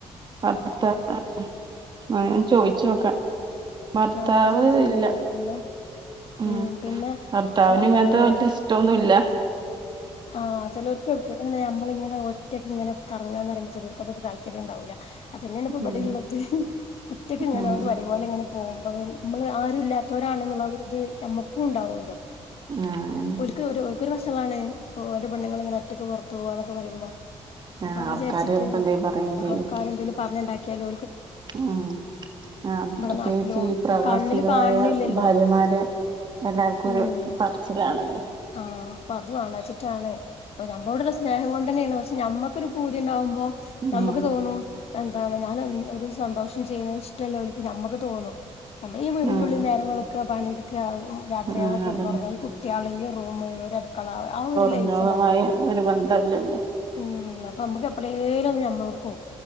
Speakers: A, on the right; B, on the left.
A: ഭർത്താവ് അ ഞാൻ ചോയിച്ചു നോക്കാം ഭർത്താവ്
B: ആ ചോദിച്ചു നോക്കിയന്നാ
A: ഇല്ല
B: പിന്നെ
A: ആ
B: ഉം പിന്നെ
A: ഭർത്താവിന്
B: എന്താണ്
A: ഇങ്ങനത്തെ വല്ല്യ ഇഷ്ട്ടൊന്നുവില്ല
B: ആഹ് ചിലവർക്കൊക്കെ അങ്ങനെ ഞമ്മളിങ്ങനെ ഒറ്റക്കിങ്ങനെ കറങ്ങുകാന്ന് പറയുമ്പോ ചിലോർക്കതൊരു താല്പര്യം ഉണ്ടാവൂല്ല അതന്നെയാണ് ഇപ്പൊ ഇബടെ
A: ഉം
B: ഉള്ളത് ഒറ്റക്കിങ്ങനെ
A: ഉം
B: ഒരു വടിപോലെ ഇങ്ങനെ പോവുമ്പ പിൻ. ഞമ്മള് ആരുല്ലാത്തോരാണ്ന്ന് ളാ ഒര്ത് ഞമ്മക്കുണ്ടാവല്ലോ.
A: ആഹ്
B: ഓൽക്ക്‌ ഒര് ഓൽക്കൊരു വെസ് റ്റ്ളാണ് ഓന്റെ പെണ്ണ്ങ്ങള്ങ്ങനെ ഒറ്റക്ക്‌പൊറത്ത് പോവാന്നൊക്കെ പറിമ്പം.
A: ആഹ്
B: അഹ്
A: ആൾക്കാര്
B: ചാര്ച്ച്ട്ട്
A: ചെലപ്പോ എന്തേലും പറയും ചെയ്യും
B: ആൾക്കാരെന്തേലും പറഞ്ണ്ടാക് കേലോ
A: ഉം അത്
B: ഇവിടെ
A: പ്രത്യേകിച്ച്
B: നാട്ടിലും
A: ഈ പ്രവാസികളായ
B: കണ്ണില് കാണില്ലല്ലോ
A: ഭാര്യമാരെ എല്ലാർക്കുരു
B: ഉം
A: പറച്ചിലാണല്ലോ
B: ആഹ് അപ്പൊ അത് വാണ റ്റാണ് നമ്മോടള്ള സ്നേഹം കൊണ്ടന്നേനു പക്ഷെ നമ്മുക്കൊരു പൂതിയ ഉണ്ടാവുമ്പോ
A: ഉം
B: നമ്മുക്ക് തോന്നും എന്താ ഞാനൻ ഒരു സന്തോഷം ചെയ്യുന്നത് ഇഷ്ടമല്ല നമുക്ക് തോന്നും നമ്മ ഈ വീടിൻന്റെ
A: ഉം
B: ഉള്ളിൽ നേരങ്ങളൊക്കെ പണി ക്ക രാത്രിയാക
A: ഉം
B: കിടന്ന്
A: അതന്നെ
B: പറഞ്ഞാ ഈ കുട്ടികൾ ഈ റൂ അടുക്കള ആ ഒരു ലൈഫല്ല
A: അല്ലാരുമായി
B: നമ്മക്ക്
A: ഒരു ബന്ധല്ലല്ലോ
B: ഉം നമ്മുക്ക് എപ്പഴേലും നമ്മളോട്ക്ക് പോവും